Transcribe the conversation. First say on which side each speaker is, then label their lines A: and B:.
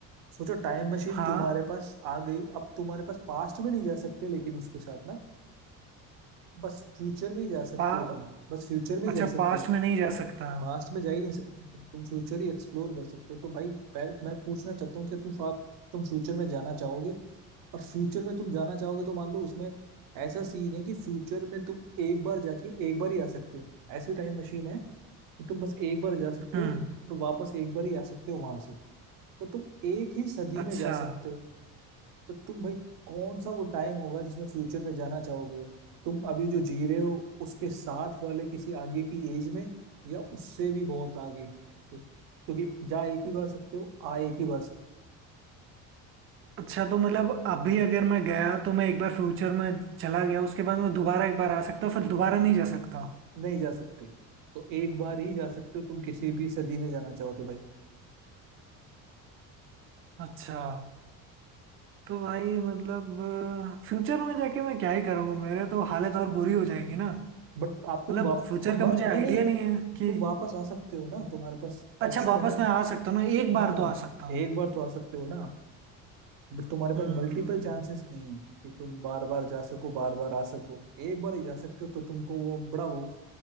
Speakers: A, on the right; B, on the right.
A: सोचो टाइम मशीन
B: हाँ
A: तुम्हारे पास आ गई अब तुम्हारे पास पास्ट में नहीं जा सकते लेकिन उसके साथ ना बस फ्यूचर में ही जा सकते
B: पा,
A: हो तुम बस फ्यूचर में
B: अच्छा
A: ही जा सकते
B: पास्ट
A: हो
B: में नहीं जा सकता
A: पास्ट में जा ही नहीं सकते तुम तुम फ्यूचर ही एक्सप्लोर कर सकते हो तो भाई पहले मैं पूछना चाहता हूँ कि तुम फा- तुम फ्यूचर में जाना चाहोगे और फ्यूचर में तुम जाना चाहोगे तो मान लो उसमें ऐसा सीन है कि फ्यूचर में तुम एक बार जाके एक बार ही आ सकते हो ऐसी टाइम मशीन है कि तुम बस एक बार जा सकते
B: हम्म
A: हो और वापस एक बार ही आ सकते हो वहां से तो तुम एक ही सदी
B: अच्छा
A: में जा सकते हो तो तुम भाई कौन सा वो टाइम होगा जिसमें फ्यूचर में जाना चाहोगे तुम अभी जो जी रहे हो उसके साथ वाले किसी आगे की एज में या उससे भी बहुत आगे तो क्योंकि जा एक ही बार सकते हो आ एक ही बार सकते
B: अच्छा तो मतलब अभी अगर मैं गया तो मैं एक बार फ्यूचर में चला गया उसके बाद मैं दोबारा एक बार आ सकता हूँ फिर दोबारा नहीं जा सकता
A: हो नहीं जा सकते तो एक बार ही जा सकते हो तुम किसी भी सदी में जाना चाहो तो भाई
B: अच्छा तो भाई मतलब फ्यूचर में जाके मैं क्या ही करूँगा मेरे तो हालत और बुरी हो जाएगी ना
A: बट आप तुम
B: मतलब
A: वाप
B: फ्यूचर
A: तुम
B: का
A: वा,
B: मुझे
A: नहीं
B: आइडिया
A: नहीं
B: नहीं है कि
A: तुम वापस आ सकते हो ना तुम्हारे पास
B: अच्छा
A: ऑप्शन
B: वापस
A: है ना
B: मैं आ सकता हूँ ना एक बार
A: हाँ
B: तो आ सकता हूँ
A: एक बार तो आ सकते हो ना बट तुम्हारे पास
B: हम्म
A: मल्टीपल चांसेस नहीं है कि तुम बार बार जा सको बार बार आ सको एक बार ही जा सकते हो तो तुमको वो बड़ा वो